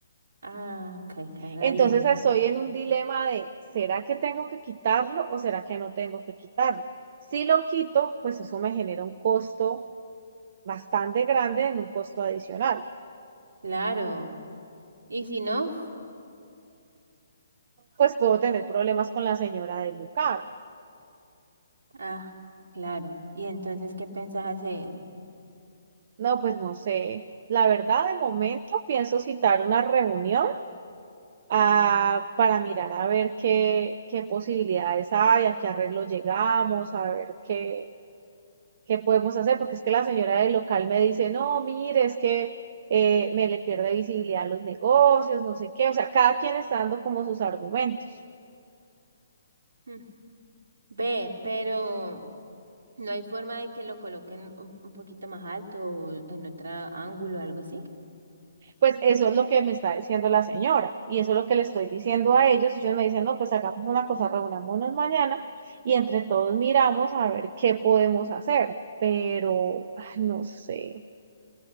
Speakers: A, on the right; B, on the right.
A: Ah, caiga
B: Entonces
A: bien.
B: estoy en un dilema de, ¿será que tengo que quitarlo o será que no tengo que quitarlo? Si lo quito, pues eso me genera un costo bastante grande en un costo adicional.
A: Claro. Y si no,
B: Pues puedo tener problemas con la señora del local.
A: Ah, claro. ¿Y entonces qué pensás hacer?
B: No, pues no sé. La verdad, de momento pienso citar una reunión ah, para mirar a ver qué, qué posibilidades hay, a qué arreglo llegamos, a ver qué, qué podemos hacer, porque es que la señora del local me dice, no, mire, es que eh, me le pierde visibilidad a los negocios, no sé qué, o sea, cada quien está dando como sus argumentos.
A: mm, ve, pero no hay forma de que lo coloquen un, un poquito más alto o en otro ángulo o algo así.
B: Pues eso es lo que me está diciendo la señora y eso es lo que le estoy diciendo a ellos. Ellos me dicen, no, pues hagamos una cosa, reunámonos mañana y entre todos miramos a ver qué podemos hacer, pero ay, no sé.